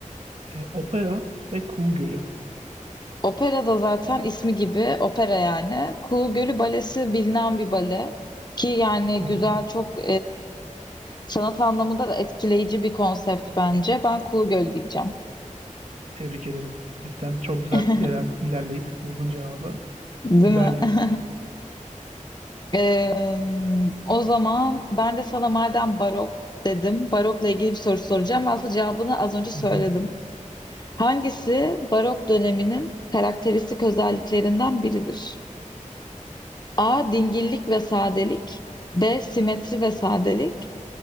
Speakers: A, on the right; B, on the left.
A: E, opera ve kuğu gölü.
B: Opera da zaten ismi gibi opera yani. Kuğu Gölü Balesi bilinen bir bale. Ki yani
A: Hı
B: güzel çok Sanat anlamında da etkileyici bir konsept bence. Ben Kuğu Gölü diyeceğim.
A: Tebrik ederim. Cidden çok güzel
B: <laughs>
A: iler- ilerleyip buldun cevabı.
B: Değil
A: Güzeldi.
B: mi? <laughs> Eee, o zaman ben de sana madem barok dedim, barokla ilgili bir soru soracağım. ve Aslında cevabını az önce söyledim.
A: Hı hı.
B: Hangisi barok döneminin karakteristik özelliklerinden biridir? A. Dingillik ve sadelik. B. Simetri ve sadelik.